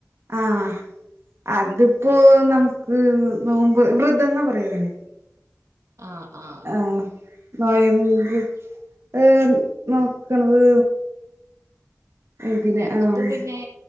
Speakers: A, on the right (about 60°); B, on the right (about 80°).
A: ആഹ് അതിപ്പോ നമുക്ക് നോമ്പോ വ്രതം എന്ന് പറയും അതിന്
B: ആഹ് ആഹ്
A: ആഹ് നോയമ്പ് ഏഹ് നോക്കണത് ഇതിന്
B: ഞങ്ങൾത്
A: ആഹ്
B: പിന്നെ